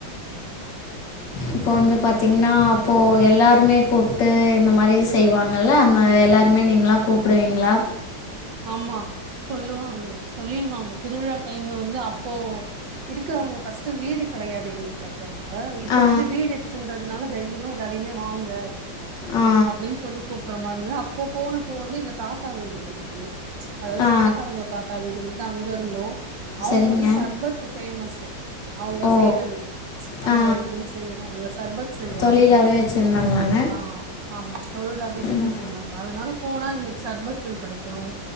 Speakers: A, on the left (about 65°); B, on the right (about 70°).
A: இப்போ வந்து பார்த்தீங்ன்னா அப்போ எல்லாருமே கூப்ட்டு இந்த மாரி செய்வாங்கல்ல அந்த எல்லாருமே நீங்களாம் கூப்டுவீங்களா
B: ஆமா சொல்லுவாங்க சொல்லிடுவாங்க திருவிழா டைம்ல வந்து இப்ப இருக்கறவங்க ஃபர்ஸ்ட்ட் வீடு கெடையாது இருக்க இப்ப
A: ஆ
B: வந்து வீடு இருக்ன்றது அதனால தைரியமா எல்லாரையுமே வாங்க
A: ஆ
B: அப்படின்னு சொல்லி கூப் அப்பறமானு அப்போ போனப்போ வந்து எங்க தாத்தா வீடு இருந்தது அதாவது
A: ஆ
B: சொந்தக்காரங்க தாத்தா வீடுன்னு தங்க இருந்தோம் அவங்க
A: சரிங்க
B: வந்து சர்பத் ஃபேமஸ் அவங்க
A: ஓ
B: செய்றது அந்த
A: ஆ
B: இதுல செய்றாங்க சர்பத் செய்வாங்க
A: தொழிலாகவே வச்சுருந்தாங்களாங்க
B: ஆஹ் ஆமா தொழிலாவே செஞ்சுட்டு
A: ம்
B: இருந்தாங்க அதனால போனா எங்களுக்கு சர்பத்து கெடைக்கும்